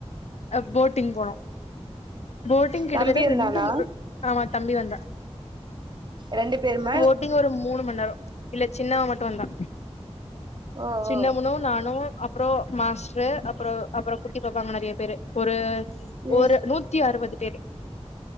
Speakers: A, on the left; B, on the right.
A: அ போட்டிங் போனோ போட்டிங் கிட்டதட்ட
B: தம்பி வந்தானா
A: ரெண்டு மூண் ஆமா தம்பி வந்தா
B: ரெண்டு பேரும்
A: பேட்டிங் ஒரு மூணு மண் நேர இல்ல சின்னவ மட்டு வந்தா
B: ஓ
A: சின்ன
B: ஓ
A: முணு நானு அப்றோ மாஸ்ட்ரு அப்றோ அப்பறோ குட்டி பாப்பாங்க நறைய பேரு ஒரு
B: ம்
A: ஒரு நூத்தி அறுவது பேரு